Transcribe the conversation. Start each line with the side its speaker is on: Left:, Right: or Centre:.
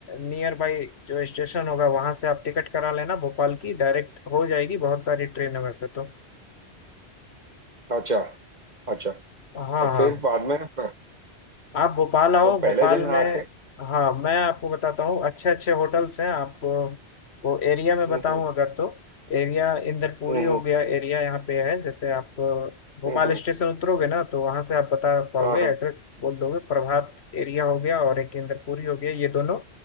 Left: नियर बाई जो स्टेशन होगा वहां से आप टिकट करा लेना भोपाल की डायरेक्ट हो जाएगी बहुत सारी ट्रेन है वैसे तो
Right: अच्छा अच्छा
Left: हाँ
Right: और
Left: हाँ
Right: फिर बाद में प-
Left: आप भोपाल आओ
Right: तो
Left: भोपाल
Right: पहले दिन
Left: में
Right: आके
Left: हाँ मैं आपको बताता हूँ अच्छे अच्छे होटल्स हैं आप अ, को एरिया में
Right: हम्म
Left: बताऊँ
Right: हम्म
Left: अगर तो एरिया इंदरपुरी
Right: हम्म
Left: हो गया एरिया यहाँ पे है जैसे आप अ, भोपाल
Right: हम्म हम्म, हम्म,
Left: स्टेशन उतरोगे ना तो वहाँ से आप बता पाओगे
Right: हाँ हाँ
Left: एड्रेस बोल दोगे प्रभात एरिया हो गया और एक इंदरपुरी हो गया ये दोनों